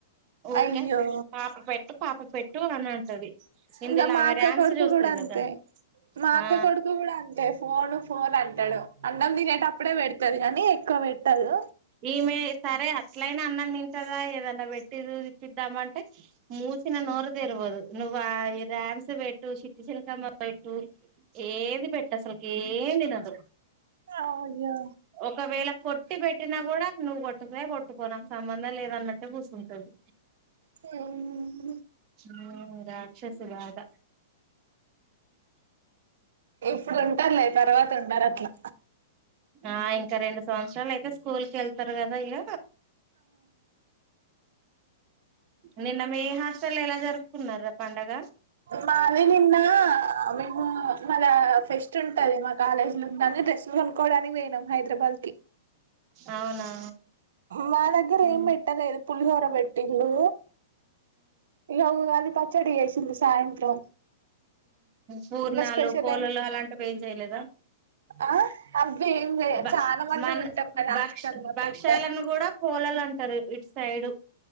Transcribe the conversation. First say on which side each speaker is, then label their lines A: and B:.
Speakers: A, on the right (about 35°); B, on the right (about 75°).
A: ఊకే
B: అయ్యో
A: పాప పెట్టు పెట్టు అని అంటది ఇందులో
B: ఇంకా మా
A: ఆమె
B: అక్క
A: ర్యామ్స్
B: కొడుకు
A: చూస్తది
B: కూడా అంతే
A: కదా
B: మా అక్క
A: ఆ
B: కొడుకు కూడా అంతే ఫోను ఫోన్ అంటాడు అన్నం తినేటప్పుడే పెడతది కానీ ఎక్కువ పెట్టదు
A: ఈమె సరే అట్లయినా అన్నం తింటదా ఏది అనా పెట్టి చిద్దాంంటే మూ ిన నోర్దే ఇర్బోదు నువ్్వ ఇ ర్యామ్స్ బెట్టు చిట్ శల్కమ్ బట్టు ఏది పెట్ స్లకి ఏ తినదు
B: అయ్యో
A: ఒకవేళ కొట్టి పెట్టినా కూడా నువ్వు కొట్టుకుయా కొట్టుకోననికి సంబంధం లేదన్నట్టు కూర్సుటాది
B: మ్మ్
A: మ్మ్ రాక్షసుగాగా
B: ఏ ఇప్పుడు ఉంటారులే తర్వాత ఉండారు అట్లా
A: ఆ ఇంకా రెండు సంవత్సరాలు అయితే స్కూల్కి ఎళ్తార్ గదా ఇగ నిన్న మీ హాస్టల్లో ఎలా జరుపుకున్నారా పండగ
B: మాది నిన్నా మేమూ మనా ఫెస్ట్ ఉంటది మా కాలేజ్ డెస్ లు కొనుకోడానికి వోయినం హైదరాబాద్కి
A: అవునా
B: మా దగ్గర
A: ఉమ్
B: ఏం పెట్టలేదు పులిహోర పెట్టిళ్ళు ఇగ ఉగాది పచ్ చెడి చేసింది సాయంత్రం
A: పూర్ణాలు
B: ఇంకా స్పెషల్
A: పూలలు
B: ఏం
A: అలాంటివి ఏం చేయలేదా
B: ఆ అవి ఏం
A: బ
B: చాలా మంది
A: మన్
B: ఉంటాం కదా
A: భక్ష్
B: హాస్టల్ లో
A: భక్షాలను
B: పెట్టరు
A: కూడా పోలలంట్ రు ఇట్ సైడ్